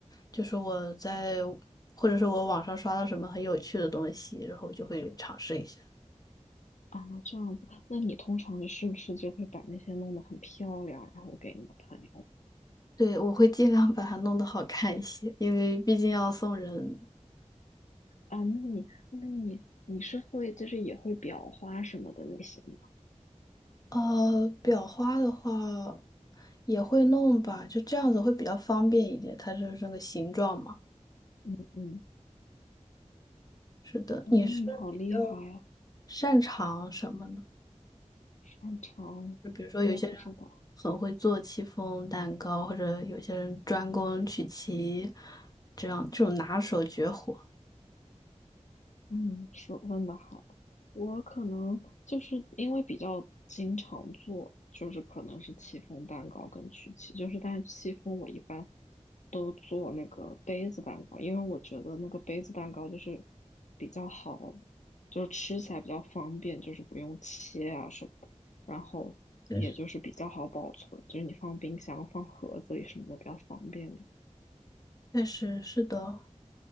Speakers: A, on the left; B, on the left.
A: 就是我在或者是我网上刷到什么很有趣的东西，然后我就会尝试一下。
B: 啊，这样子。那你通常就是不是就会把那些弄得很漂亮，然后给你的朋友？
A: 对，我会尽量把它弄得好看一些，因为毕竟要送人。
B: 啊，那你那你你是会就是也会裱花什么的那些吗？
A: 呃，裱花的话也会弄吧，就这样子会比较方便一点，它就是这个形状嘛。
B: 嗯，
A: 是的，
B: 哇，
A: 你是比较
B: 那你好厉害啊，
A: 擅长什么呢？
B: 擅长，
A: 就比如说，
B: 我也不知道。
A: 有些人很会做戚风蛋糕，或者有些人专攻曲奇，这样这种拿手绝活。
B: 嗯，说问的好，我可能就是因为比较经常做，就是可能是戚风蛋糕跟曲奇，就是但是戚风我一般都做那个杯子蛋糕，因为我觉得那个杯子蛋糕就是比较好，就是吃起来比较方便，就是不用切啊什么的，然后也就是比较好保存，
A: 确实，
B: 就是你放冰箱、放盒子里什么的比较方便点。
A: 确实是的，